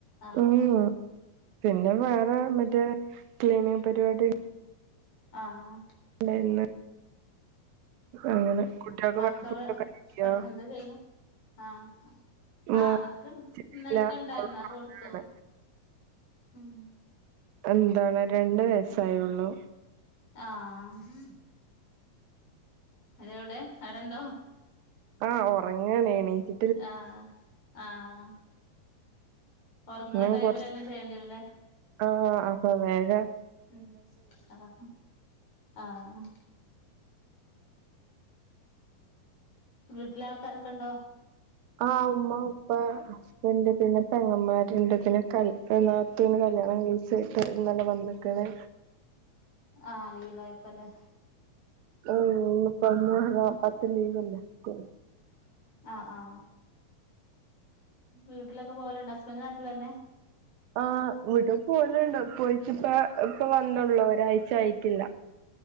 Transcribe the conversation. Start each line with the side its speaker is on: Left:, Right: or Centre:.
Left: ആഹ്
Right: ഉം പിന്നെ വേറെ മറ്റേ ക്ലീനിങ് പരിപാടി.
Left: ആഹ്.
Right: ണ്ടായിരുന്ന്. അങ്ങനെ. കുട്ടികൾക്ക്
Left: മക്കള്
Right: വേണ്ട ഫുഡൊക്കെ ഉണ്ടാക്കിയോ
Left: പഠി എന്താ ചെയ്യണ്? ആഹ് ആഹ്
Right: മോ
Left: അവർക്ക് ഇന്നലത്തെ
Right: ച്ചിട്ടില്ല
Left: ഉണ്ടായിരുന്നു
Right: ഓള്
Left: അത്
Right: ഒറങ്ങാണ്
Left: കൊടുത്തു. ഉം
Right: എന്താണ് രണ്ട് വയസ്സായുള്ളൂ.
Left: ആഹ് അത് എവിടെ അടെ ഉണ്ടോ?
Right: ആഹ് ഉറങ്ങാണ് എണീച്ചി.
Left: ആഹ് ആഹ്. ഒറങ്ങണ
Right: നി
Left: ടൈമിലെല്ലാം
Right: കൊർച്ച്
Left: ചെയ്യേണ്ടി വരൂല്ലേ
Right: ആഹ് അപ്പൊ വേഗ.
Left: ഉം ആഹ് ആഹ്. വീട്ടിലാൾക്കാരൊക്കെ ഉണ്ടോ?
Right: ആഹ് ഉമ്മ ഉപ്പ. ഇണ്ട് പിന്നെ പെങ്ങന്മാര് ഇണ്ട് എന്റെ പിന്നെ ക നാത്തൂന് കല്യാണം കഴിച്ചിട്ട് ഇന്നലെ വന്ന് ക്ക്ണ്‌
Left: ആഹ് ലീവ് ആയപ്പല്ലെ
Right: <unintelligible> പത്ത് ലീവല്ലേ സ്കൂള്
Left: ആ ആ വീട്ടിലൊക്കെ പോവല്ണ്ടോ ഹസ്ബന്റ് നാട്ടില്ന്നെ
Right: ആ വീട്ടിക്ക്‌ പോകലുണ്ട് പോയിറ്റ്പ്പൊ ഇപ്പൊ വന്നള്ളൂ ഒരാഴ്ച ആയിട്ടില്ല